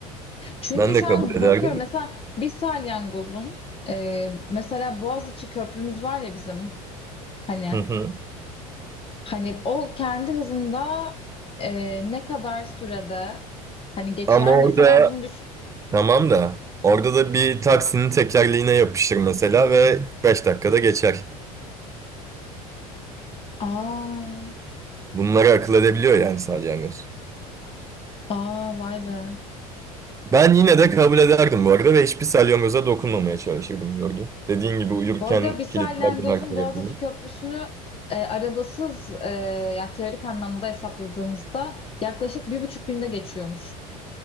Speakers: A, on the left; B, on the right.
A: Çünkü
B: Ben
A: şu
B: de kabul
A: an
B: ederdim.
A: bakıyorum mesela bir salyangozun e, mesela Boğaziçi Köprümüz var ya bizim hani
B: Hı hı.
A: hani o kendi hızında e, ne kadar sürede hani geçer
B: Ama orada
A: mesela bunu düş
B: Tamam da orada da bir taksinin tekerleğine yapışır mesela ve 5 dakikada geçer.
A: aa
B: Bunları akıl edebiliyor yani salyangoz.
A: aa vay be.
B: Ben yine de kabul ederdim bu arada ve hiçbir salyangoza dokunmamaya çalışırdım Jorgim. Dediğin gibi uyurken
A: Bu arada bir salyangozun
B: kilitlerdim her tarafını.
A: Boğaziçi Köprüsü'nü e, arabasız e, yani teorik anlamda hesapladığımızda yaklaşık bir buçuk günde geçiyormuş.